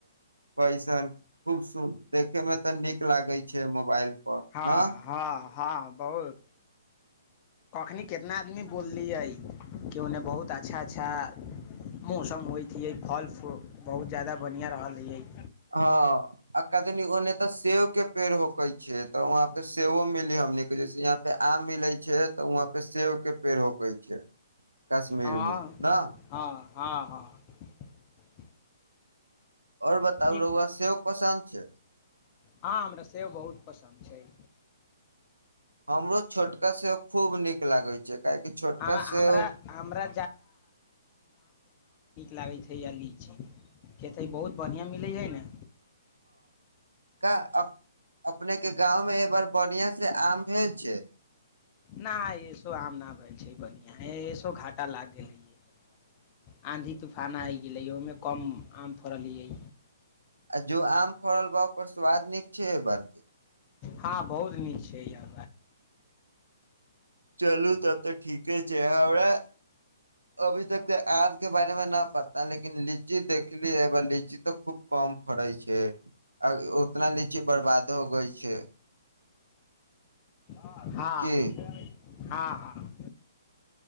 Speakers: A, on the right (about 80°); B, on the left (about 30°).
A: कैसन खूब सुन देखे मे तऽ नीक लागे छै मोबाइल पर
B: हँ
A: न
B: हँ हँ बहुत कखनी कितना आदमी बोललियै कि ओने बहुत अच्छा अच्छा मौसम होइत है फल फूल बहुत जादा बढ़िया रहल ह
A: हँ आ कनी ओने तऽ सेब के पेड़ होकै छै तऽ वहां पे सेवो मिलिय हमनीके जैसे यहाँ पे आम मिलै छै तऽ वहां पे सेब के पेड़ होकै छै कश्मीरमे
B: हँ
A: न
B: हँ हँ हँ
A: आओर बताउ
B: की
A: रौआ सेव पसन्द छै
B: हँ हमरा सेब बहुत पसन्द छै
A: हमरो छोटका सेव खूब नीक लागै छै काहेकि छोटका
B: हम
A: सेव
B: हमरा हमरा लागै छै या ली छै केतै बहुत बढ़िआँ मिलै हइ ने
A: क अपनेके गाँवमे एहि बार बढ़िआं से आम भेल छै
B: न एसो आम नहि भेल छै बढ़आ एसो घाटा लागि गेल है आँधी तूफाना आइ गेलै ओहिमे कम आम थोड़लियै
A: जो आम फरल भाव पर स्वद नीक छै बर्ग
B: हँ बहुत नीक छै य
A: चलू तब तऽ ठीके छै हमरा अभी तक त आ के बारे मे न पता लेकिन लीची देखली ए बार लीची तऽ खूब कम फड़े छै उतना लीची बर्बाद हो गई छै
B: हँ
A: की
B: हँ हँ